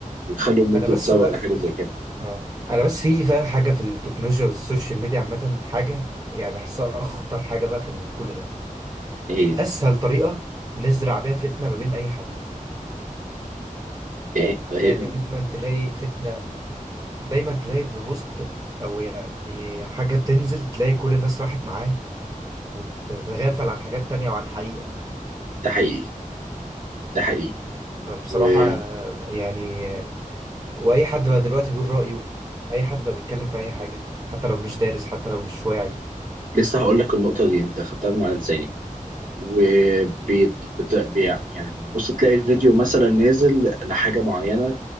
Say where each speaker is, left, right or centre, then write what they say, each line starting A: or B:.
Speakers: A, on the right; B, on the right.
A: يخلوا الميديا
B: أنا بس
A: تسوق
B: بقى
A: لحاجه
B: في,
A: زي
B: في...
A: كده
B: آه أنا بس في بقى حاجة في التكنولوجيا والسوشيال ميديا عامة حاجة يعني بحسها أخطر حاجة بقى في ال- كل ده
A: ايه
B: أسهل طريقة نزرع بيها فتنة ما بين أي حد
A: ايه إيه،
B: دايما تلاقي فتنة دايما تلاقي ببوست او يعني حاجة بتنزل تلاقي كل الناس راحت معاه وتتغافل عن حاجات تانية وعن حقيقة
A: ده حقيقي ده حقيقي
B: فبصراحة
A: ولسه
B: يعني واي حد بقى دلوقتي بيقول رأيه اي حد بقى بيتكلم في اي حاجة حتى لو مش دارس حتى لو مش واعي
A: هقول لك النقطة دي انت خدتها من على لساني وبي يعني بص تلاقي الفيديو مثلا نازل لحاجة معينة